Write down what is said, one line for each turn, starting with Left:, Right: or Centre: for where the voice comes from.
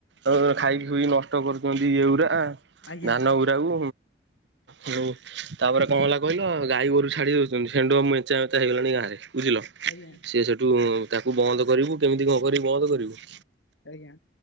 Right: ଆଉ ଖାଇକି ଖୁଇି ନଷ୍ଟ କରୁଛନ୍ତି ଇଏ ଗୁୁରା
Left: ଆଜ୍ଞା
Right: ଧାନ ଗୁୁରାକୁ। ହଁ ତାପରେ କଣ ହେଲା କହିଲ ଗାଈ ଗୋରୁ ଛାଡି ଦଉଛନ୍ତି ସେଣ୍ଡ ମେଞ୍ଚା ମେଚା ହେଇଗଲାଣି ଗାଁରେ, ବୁଝିଲ।
Left: ଆଜ୍ଞା।
Right: ସେ ସେଠୁ ତାକୁ ବନ୍ଦ କରିବୁ କେମିତି କଣ କରିକି ବନ୍ଦ କରିବୁ।
Left: ଆଜ୍ଞା।